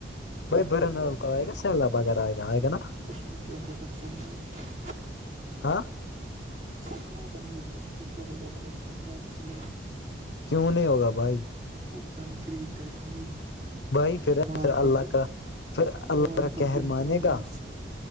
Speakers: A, on the left (about 70°); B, on the right (about 40°).
A: بئی بری نلک آئے گا سلہ بغیرہ آ گا آگ نا
B: اس کو کیا ہوگا ساحباب سے <unintelligible>
A: ہاں <unintelligible>
B: سہلاب آے گ اس کو کیا ہوگا مگر سہلاب سے ل
A: کیوں نہیں ہوگا بھائی
B: وہ کنکریٹ ہے بھائی
A: بھائی پھر
B: ماربل
A: پھر اللہ
B: ت
A: کا پھر اللہ
B: ماربل
A: کا کہر
B: د کھلانا
A: مانے
B: بغر
A: گا
B: سند